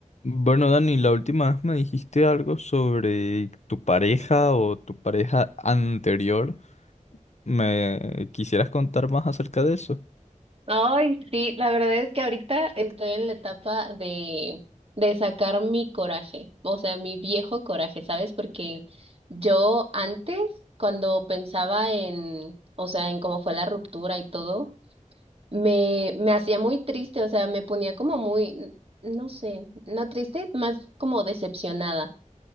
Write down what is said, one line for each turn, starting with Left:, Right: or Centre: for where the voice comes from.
Left: Bueno, Dani, la última vez me dijiste algo sobre tu pareja o tu pareja anterior. ¿Me quisieras contar más acerca de eso?
Right: Ay, sí, la verdad es que ahorita estoy en la etapa de, de sacar mi coraje, o sea, mi viejo coraje, ¿sabes? Porque yo antes, cuando pensaba en, o sea, en cómo fue la ruptura y todo, me, me hacía muy triste, o sea, me ponía como muy, no sé, no triste, más como decepcionada.